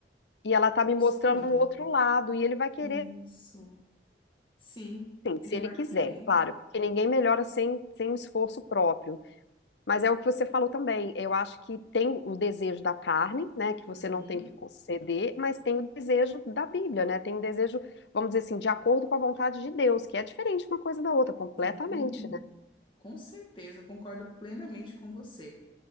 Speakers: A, on the left; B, on the left.
A: E ela tá me
B: gostando.
A: mostrando um outro lado, e ele vai querer,
B: Isso. Sim,
A: sim,
B: ele
A: se ele
B: vai
A: quiser,
B: querer.
A: claro, porque ninguém melhora sem, sem um esforço próprio. Mas é o que você falou também. Eu acho que tem o desejo da carne, né, que você
B: Uhum.
A: não tem que conceder, mas tem o desejo da Bíblia, né? Tem o desejo, vamos dizer assim, de acordo com a vontade de Deus, que é diferente uma coisa da outra, completamente,
B: Sim,
A: né?
B: com certeza, eu concordo plenamente com você.